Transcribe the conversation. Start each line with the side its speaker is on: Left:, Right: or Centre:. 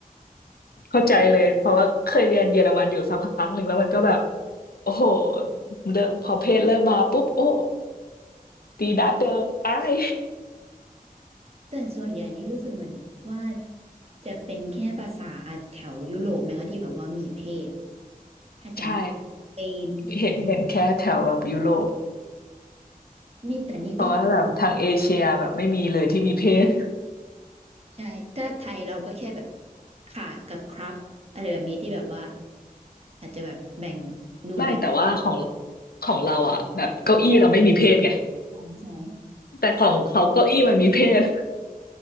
Left: เข้าใจเลยเพราะว่าเคยเรียนเยอรมันอยู่สักพักหนึ่งแล้วมันก็แบบโอ้โหเริ่มพอเพศเริ่มมาปุ๊บโอ้ตีดัดเดอร์ตาย
Right: <laughs> แต่ส่วนใหญ่นี่รู้สึกเหมือนว่าจะเป็นแค่ภาษาแถวยุโรปไหมคะที่แบบว่ามีเพศถ้าจำไม่
Left: ใช่
Right: เป็น
Left: เห็นเห็นแค่แถวแบบยุโรป
Right: นี่แต่นี่ก็
Left: เพราะว่าแบบทางเอเชียแบบไม่มีเลยที่มีเพศ
Right: ใช่ ถ้าไทยเราก็แค่แบบค่ะกับครับอะไรแบบนี้ที่แบบว่าอาจจะแบบแบ่งดูแบ่ง
Left: ไม่แต่ว่าของของเราอ่ะแบบเก้าอี้เราไม่มีเพศไง
Right: ใช่ใช่
Left: แต่ของเขาเก้าอี้มันมีเพศ